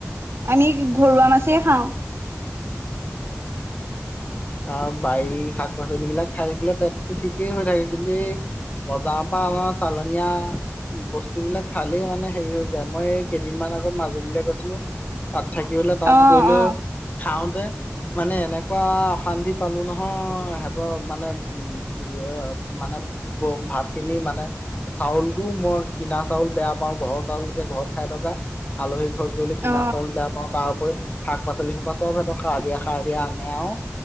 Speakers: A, on the right; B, on the left.
A: আমি ঘৰুৱা মাছেই খাওঁ
B: অ বাৰী শাক পাচ পাচলিবিলাক খাই থাকিলে পেটটো ঠিকেই হৈ থাকে কিন্তু এই বজাৰৰ পৰা আমাৰ চালনীয়া বস্তু বিলাক খালেই মানে হেৰি হৈ যায় মই এই কেইদিনমান আগত মাজুলীলৈ গৈছিলো তাত থাকিবলৈ তাত
A: অ অ
B: গৈ লৈ খাওঁতে, মানে এনেকুৱা <unintelligible> পালো নহয় সিহঁতৰ মানে উম মানে ভাত খিনি মানে, চাউলটো মই কিনা চাউল বেয়া পাওঁ ঘৰৰ চাউল এতিয়া ঘৰত খাই থকা আলহী ঘৰত গলে
A: অ
B: কিনা চাউল বেয়া পাওঁ। তাৰ উপৰি শাক পাচলি সোপা সব সিহঁতক সাৰ দিয়া সাৰ দিয়া আনে আউ।